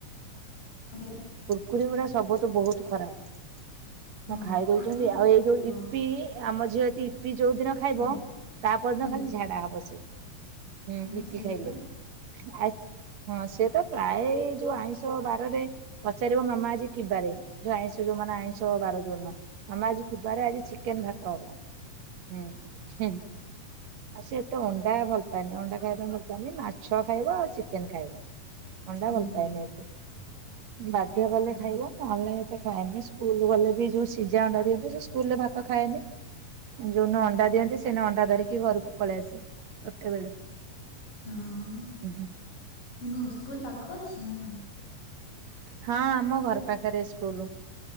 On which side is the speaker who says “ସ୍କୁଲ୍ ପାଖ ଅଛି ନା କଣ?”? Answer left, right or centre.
Left